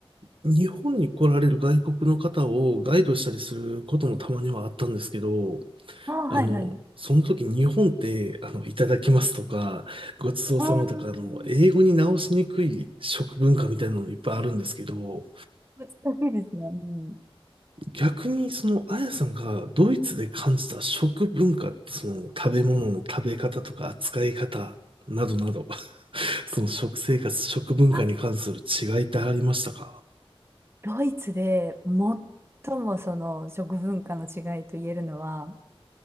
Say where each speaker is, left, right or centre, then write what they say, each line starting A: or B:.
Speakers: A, on the right; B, on the right.
A: 日本に来られる外国の方をガイドしたりすることもたまにはあったんですけど、
B: ああ、
A: あの、
B: はいはい。
A: その時日本ってあのいただきますとか、ごちそうさまとか、
B: ああ、
A: あの、英語に直しにくい食文化みたいなのもいっぱいあるんですけど、
B: 難しいですね。うん。
A: 逆にそのあやさんがドイツで感じた食文化、その食べ物の食べ方とか扱い方などなど、<laughs> その食生活、食文化に関する違いってありましたか
B: あドイツで最もその食文化の違いと言えるのは、